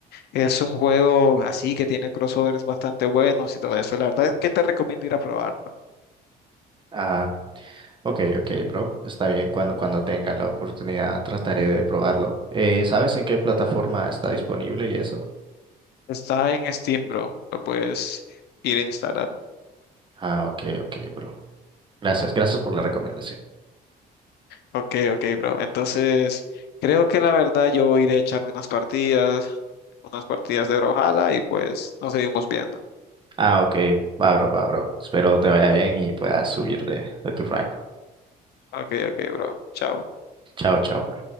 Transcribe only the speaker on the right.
ah. Ok, ok, bro. Está bien, cuando, cuando tenga la oportunidad trataré de probarlo. Eh, ¿sabes en qué plataforma está disponible y eso?
Ah, ok, ok, bro. Gracias, gracias por la recomendación.
Ah, ok, va, bro, va, bro. Espero te vaya bien y puedas subir de, de tu rango.
Chao, chao, bro.